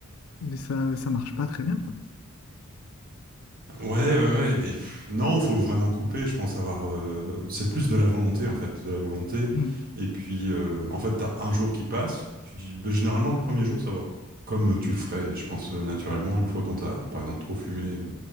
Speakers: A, on the left; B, on the right.
A: mais ça, ça marche pas très bien, quoi.
B: Ouais, ouais, ouais, mais pff, non, faut vraiment couper, je pense avoir... euh, c'est plus de la volonté, en fait, de la volonté.
A: Mmh.
B: Et puis, euh, en fait, t'as un jour qui passe, tu dis, bah, généralement, le premier jour, ça va. Comme euh, tu le ferais, je pense, euh, naturellement, une fois qu'on t'a, par exemple, trop fumé, euh,